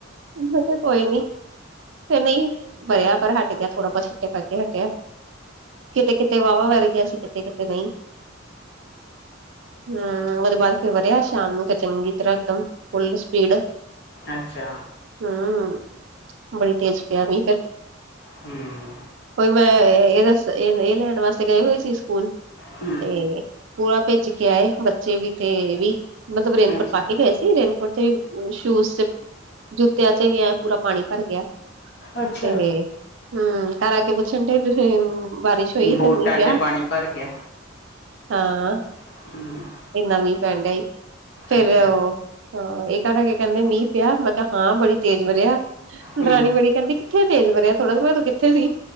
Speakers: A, on the right; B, on the left.
A: ਮੈਂ ਕੋਈ ਨੀ ਫਿਰ, ਨਹੀਂ ਵਰਿਆ, ਪਰ ਹਟ ਗਿਆ, ਥੋੜਾ-ਬਹੁਤ ਛੱਟੇ ਪੈਕੇ ਹਟਿਆ, ਕਿਤੇ-ਕਿਤੇ ਵਾਹਵਾ ਵਰ ਗਿਆ ਸੀ। ਕਿੱਥੇ-ਕਿੱਥੇ ਨਹੀਂ? ਹੂੰ, ਉਹਦੇ ਬਾਅਦ ਫਿਰ ਵਰਿਆ ਸ਼ਾਮ ਨੂੰ ਫਿਰ ਚੰਗੀ ਤਰ੍ਹਾਂ, ਇਕਦਮ ਫੁੱਲ ਸਪੀਡ
B: ਅੱਛਾ।
A: ਹੂੰਅ, ਬੜੀ ਤੇਜ਼ ਪਿਆ ਮੀਂਹ ਫੇਰ।
B: ਹੂਆ।
A: ਹੋਈ, ਮੈਂ ਇਹ ਦੱਸ, ਇਹ-ਇਹ ਲੈਣ ਵਾਸਤੇ ਗਏ ਹੋਏ ਸੀ ਸਕੂਲ ਤੇ
B: ਹੂੰ
A: ਪੂਰਾ ਭਿੱਜ ਕੇ ਆਏ, ਬੱਚੇ ਵੀ ਤੇ ਇਹ ਵੀ, ਮਤਲਬ ਰੇਨਕੋਟ
B: ਅੱਛਾ
A: ਪਾ ਕੇ ਗਏ ਸੀ, ਰੇਨਕੋਟ ਤੇ ਵੀ ਸ਼ੂਜ ਚ ਜੁੱਤਿਆਂ ਚ ਵੀ, ਐਂ ਪੂਰਾ ਪਾਣੀ ਭਰ ਗਿਆ,
B: ਅੱਛਾ
A: ਤੇ ਹੂੰਅ, ਘਰ ਆਕੇ ਪੁਛਣ ਡਏ ਵੀ, ਬਾਰਿਸ਼ ਹੋਈ ਇਧਰ
B: ਬੋਟਾਂ
A: ਮੀਂਹ ਪਿਆ?
B: 'ਚ ਪਾਣੀ ਭਰ ਗਿਆ
A: ਹਾਂ।
B: <inaudible>
A: ਇੰਨ੍ਹਾਂ ਮੀਂਹ ਪੈਣ ਡਿਆ ਈ, ਫੇਰ
B: ਅੱਛਾ
A: ਉਹ ਹਾਂ, ਇਹ ਘਰ ਆ ਕੇ ਕਹਿੰਦੇ ਮੀਂਹ ਪਿਆ, ਮੈਂ ਕਿਹਾ ਹਾਂ ਬੜੀ ਤੇਜ਼ ਵਰਿਆ,
B: ਹੂੰ
A: ਦਰਾਣੀ ਮੇੜੀ ਕਹਿੰਦੀ ਕਿੱਥੇ ਤੇਜ਼ ਵਰਿਆ, ਥੋੜ੍ਹਾ <unintelligible> ਤੂੰ ਕਿੱਥੇ ਸੀ,